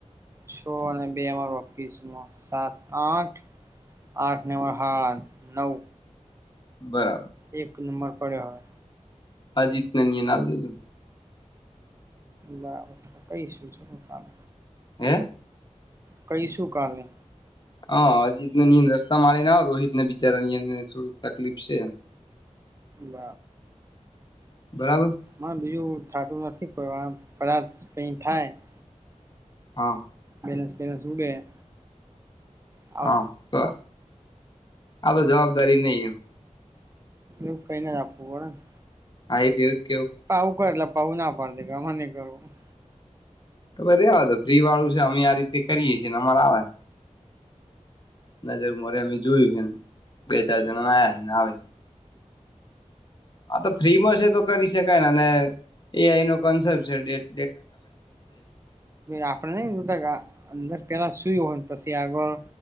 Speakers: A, on the right; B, on the left.
A: છો અને બે અમારો, કિસનો સાત આઠ આઠને સાળા નવ,
B: બરાબર.
A: એક નંબર પડ્યો હવે.
B: અજીતને નિયન આલ દીધું
A: બબ કઈ શું?
B: હે.
A: કંઇ શું કાલે.
B: હા અજીતને નિય રસ્તા મળીને આવ રોહિત ને બિચારા નિયંદ થોડીક તકલીફ છે.
A: બ
B: બરાબર
A: હ બીજું? થાતું નથી કદાચ કય થાય તો
B: હા.
A: બેલેન્સ પેલેન્સ ઊડે હ.
B: હા તો આ તો જવાબદારી નહી એમ
A: એ કઈ ને જ આપવું પડેને
B: આઈતયાર
A: પઉું કરે એટલે પાવું ના પડતી ગ <unintelligible> નહી કરવું. <unintelligible>
B: પડે તો ભાઈ રેવા દો ફ્રી વાળું છે, અમે આ રીતે કરીએ છીએને અમારે આવે નજર મોરે અમે જોયું છે, બે ચાર જણા આયા છે ને આવે હા તો ફ્રીમાં છે, તો કરી શકાય ને એ આનો કન્સેપ્ટ છે, ડે
A: આપડ ન અંદર પેલા પછી આગળ